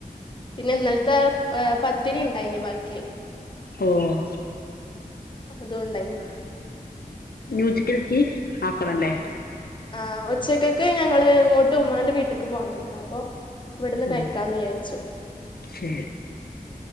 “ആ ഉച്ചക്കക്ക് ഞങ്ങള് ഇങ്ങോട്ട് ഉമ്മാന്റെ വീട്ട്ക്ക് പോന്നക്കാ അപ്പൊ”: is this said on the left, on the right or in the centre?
Left